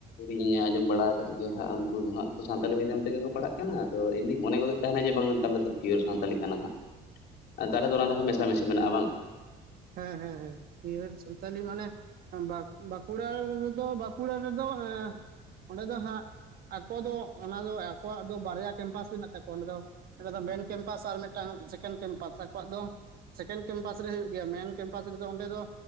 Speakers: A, on the left; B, on the right.
A: ᱤᱧ ᱟᱸᱡᱚᱢ ᱵᱟᱲᱟ ᱟᱠᱟᱫ ᱜᱮᱭᱟ ᱦᱟᱸᱜ ᱩᱱᱠᱩ ᱫᱚ ᱦᱟᱸᱜ ᱛᱚ ᱥᱟᱱᱛᱟᱞᱤ ᱢᱤᱰᱤᱭᱟᱢ ᱛᱮᱜᱮ ᱠᱚ ᱯᱟᱲᱦᱟᱜ ᱠᱟᱱᱟ ᱟᱫᱚ ᱤᱧᱫᱚᱧ ᱢᱚᱱᱮ ᱜᱚᱫᱚᱜ ᱛᱟᱦᱮᱱᱟ ᱡᱮ ᱵᱟᱝ ᱛᱟᱦᱚᱞᱮ ᱫᱚ ᱯᱤᱭᱳᱨ ᱥᱟᱱᱛᱟᱞᱤ ᱠᱟᱱᱟ ᱦᱟᱸᱜ ᱛᱟᱦᱚᱞᱮ ᱫᱚ ᱚᱱᱟ ᱫᱚ ᱢᱮᱥᱟᱢᱤᱥᱤ ᱢᱮᱱᱟᱜᱼᱟ ᱵᱟᱝ?
B: ᱦᱮᱸ ᱦᱮᱸ ᱦᱮᱸ ᱯᱤᱭᱳᱨ ᱥᱟᱱᱛᱟᱞᱤ ᱢᱟᱱᱮ ᱵᱟᱸᱠᱩ ᱵᱟᱸᱠᱩᱲᱟ ᱨᱮᱫᱚ ᱵᱟᱸᱠᱩᱲᱟ ᱨᱮᱫᱚ ᱮ ᱚᱸᱰᱮ ᱫᱚ ᱦᱟᱸᱜ ᱟᱠᱚ ᱫᱚ ᱚᱱᱟ ᱫᱚ ᱟᱠᱚᱣᱟᱜ ᱫᱚ ᱵᱟᱨᱭᱟ ᱠᱮᱢᱯᱟᱥ ᱢᱮᱱᱟᱜ ᱛᱟᱠᱚᱣᱟ ᱚᱸᱰᱮ ᱫᱚ ᱢᱤᱫᱴᱮᱱ ᱫᱚ ᱢᱮᱱ ᱠᱮᱢᱯᱟᱥ ᱟᱨ ᱢᱤᱫᱴᱟᱝ ᱥᱮᱠᱮᱱᱰ ᱠᱮᱢᱯᱟᱥ ᱟᱠᱚᱣᱟᱜ ᱫᱚ ᱥᱮᱠᱮᱱᱰ ᱠᱮᱢᱯᱟᱥ ᱨᱮ ᱦᱩᱭᱩᱜ ᱜᱮᱭᱟ ᱢᱮᱱ ᱠᱮᱢᱯᱟᱥ ᱨᱮᱫᱚ ᱚᱸᱰᱮ ᱫᱚ